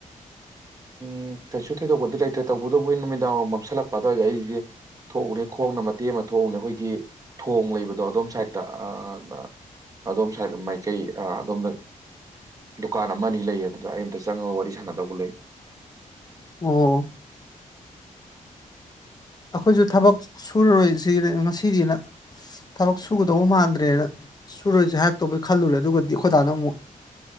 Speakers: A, on the right; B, on the left.
A: ꯎꯝ ꯀꯩꯁꯨ ꯊꯣꯏꯗꯣꯛꯄꯗꯤ ꯂꯩꯇ꯭ꯔꯦ ꯇꯧꯕꯇꯕꯨ ꯑꯩ ꯅꯨꯃꯤꯗꯥꯡ ꯃꯝꯁꯤꯜꯂꯛꯄꯗ ꯑꯗꯥꯏꯗ ꯑꯩꯒꯤ ꯊꯣꯛꯎꯅꯤ ꯈꯣꯡꯅ ꯃꯇꯦꯛ ꯑꯃ ꯊꯣꯛꯎꯅꯤ ꯑꯩꯈꯣꯏꯒꯤ ꯊꯣꯡ ꯂꯩꯕꯗꯣ ꯑꯗꯣꯝ ꯁꯥꯏꯠꯇ ꯑꯥ ꯑꯗꯣꯝ ꯁꯥꯏꯠꯗ ꯃꯥꯏꯀꯩ ꯑꯥ ꯑꯗꯣꯝꯅ ꯗꯨꯀꯥꯟ ꯑꯃ ꯑꯅꯤ ꯂꯩ ꯑꯗꯨꯗ ꯑꯩ ꯑꯃꯝꯇ ꯆꯪꯉꯥꯒ ꯋꯥꯔꯤ ꯁꯥꯟꯅꯗꯧꯕ ꯂꯩ
B: ꯑꯣ ꯑꯩꯈꯣꯏꯁꯨ ꯊꯕꯛ ꯁꯨꯔꯔꯣꯏꯁꯤ ꯉꯁꯤꯗꯤꯅ ꯊꯕꯛ ꯁꯨꯒꯗꯧꯕ ꯃꯥꯟꯗ꯭ꯔꯦꯅ ꯁꯨꯔꯔꯣꯏꯖꯦ ꯍꯥꯏꯔꯛꯇꯧꯕꯩ ꯈꯜꯂꯨꯔꯦ ꯑꯗꯨꯒꯗꯤ ꯑꯩꯈꯣꯏ ꯗꯥꯅ ꯑꯃꯨꯛ